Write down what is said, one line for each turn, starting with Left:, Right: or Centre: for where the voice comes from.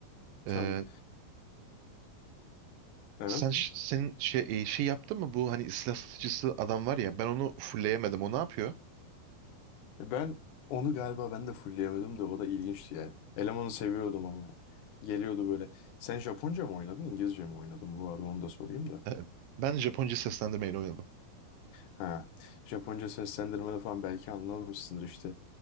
Left: Tabii.
Right: E,
Left: Evet.
Right: sen ş- senin şey e, şey yaptın mı bu hani silah satıcısı adam var ya ben onu fullleyemedim. O ne yapıyor?
Left: Ben onu galiba ben de fullleyemedim de o da ilginçti ya. Elemanı seviyordum ama. Geliyordu böyle. Sen Japonca mı oynadın, İngilizce mi oynadın? Bu arada onu da sorayım da.
Right: E, ben Japonca seslendirmeyle oynadım.
Left: Ha. Japonca seslendirmede falan belki anlamamışsındır işte.